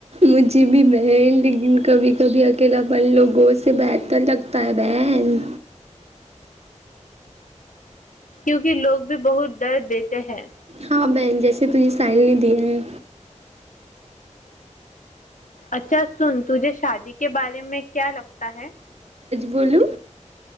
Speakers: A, on the right; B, on the left.
A: مجھے بھی بہن لیکن کبھی کبھی اکیلا پن لوگوں سے بہتر لگتا ہے بہن
B: کیونکہ لوگ بھی بہت درد دیتے ہیں
A: ہاں بہن جیسے تجھے سائل نے دیا ہے
B: اچھا سن تجھے شادی کے بارے میں کیا لگتا تا ہے
A: بولو